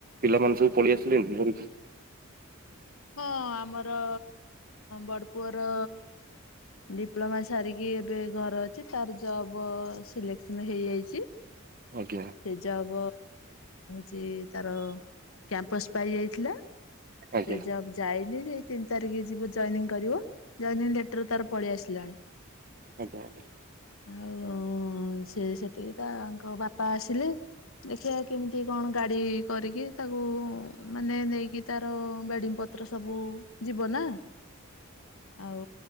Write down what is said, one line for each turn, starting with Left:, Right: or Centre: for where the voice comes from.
Right: ପିଲାମାନେ ସବୁ ପଳେଇ ଆସିଲେନି ଘରକୁ?
Left: ହଁ ଆମର ବଡପୁଅର ଡିପ୍ଲୋମା ସାରିକି ଏବେ ଘର ଅଛି ତାର ଜବ ସିଲେକ୍ସନ ହେଇଯାଇଛି।
Right: ଆଜ୍ଞା
Left: ସେ ଜବ୍ ଯେ ତାର କ୍ୟାମ୍ପସ ପାଇ ଯାଇଥିଲା। ସେ
Right: ଆଜ୍ଞା
Left: ଜବ ଯାଇନି ଯେ ତିନି ତାରିଖ ଯିବ ଜଏନିଂ କରିବ। ଜଏନିଂ ଲେଟର ତାର ପଳେଇ ଆସିଲାଣି।
Right: ଆଜ୍ଞା ଆଜ୍ଞା।
Left: ଆଉ ସେ ସେଠିକି ତାଙ୍କ ବାପା ଆସିଲେ ଦେଖିବା କେମିତି କଣ ଗାଡି କରିକି ତାକୁ ମାନେ ନେଇକି ତାର ବେଡିଂ ପ ପତ୍ର ସବୁ ଯିବ ନା! ଆଉ